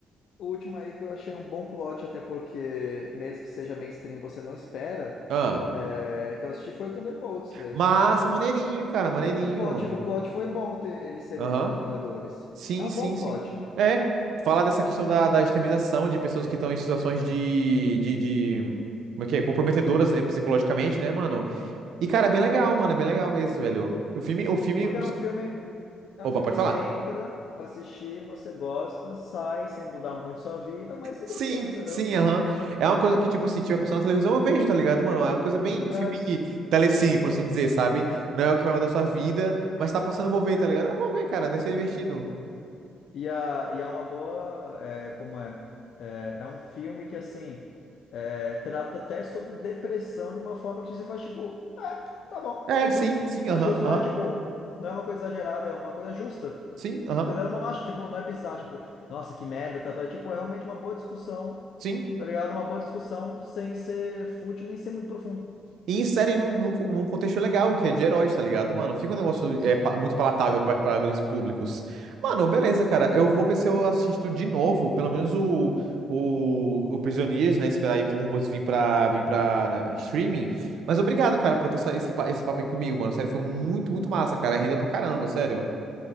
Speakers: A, on the left; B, on the right.
A: O último aí que eu achei um bom plot, até porque, mesmo que seja mainstream, você não espera,
B: Ah.
A: é, que eu assisti foi o Thunderbolts, velho.
B: Massa, maneirinho, cara, maneirinho.
A: O plot, o plot foi bom ter eles serem
B: Aham.
A: os novos Vingadores.
B: Sim,
A: É um
B: sim,
A: bom plot.
B: sim. É. Falar dessa questão da, da extremização de pessoas que estão em situações de, de, de- Como é que é? Comprometedoras é, psicologicamente, né, mano? E, cara, é bem legal, mano. É bem legal mesmo, velho. O filme, o filme.
A: Porque é um filme, é
B: Opa,
A: um filme
B: pode
A: que
B: falar.
A: você entra pra assistir, você gosta, sai sem mudar muito sua vida, mas você
B: Sim,
A: gostou, entendeu?
B: sim, aham. É uma coisa que, tipo, assim tiver passando na televisão, eu vejo, tá ligado, mano? É uma coisa bem
A: É,
B: filme telecine, por assim dizer, sabe? Não é o que vai mudar a sua vida, mas tá passando, eu vou ver, tá ligado? Ah, vou ver, cara, deve ser divertido.
A: E, a, e é uma boa, é, como é? É, é um filme que, assim, é, trata até sobre depressão de uma forma que você faz, tipo, é, tá bom,
B: É,
A: tá justo,
B: sim, sim,
A: tá
B: aham,
A: justo.
B: aham,
A: Não é, tipo, não é uma coisa exagerada, é uma coisa justa,
B: sim, aham,
A: entendeu? Eu não acho, tipo, não é bizarro, tipo, nossa, que merda, tá, tá. É, tipo, é realmente uma boa discussão,
B: sim.
A: tá ligado? Uma boa discussão sem ser fútil, nem ser muito profundo.
B: E inserem num, num, num contexto legal, que é de heróis, tá ligado, mano? Fica um negócio
A: Sim.
B: é, pa- muito palatável pra, pra grandes públicos. Mano, beleza, cara. Eu vou ver se eu assisto de novo, pelo menos o, o, o Prisioneiros, né? Esperar aí o Thunderbolts vir pra, vir pra né, streaming. Mas obrigado, cara, por ter essa- esse, pa- esse papo aí comigo, mano. Sério, foi muito, muito massa, cara. Rendeu pra caramba, sério.